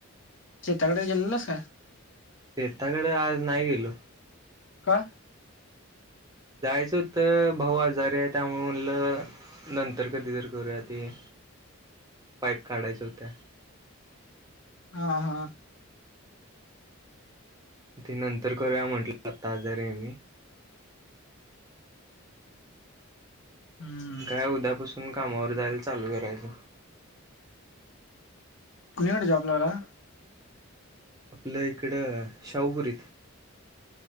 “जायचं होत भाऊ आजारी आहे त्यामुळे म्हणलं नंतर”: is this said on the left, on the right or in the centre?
Right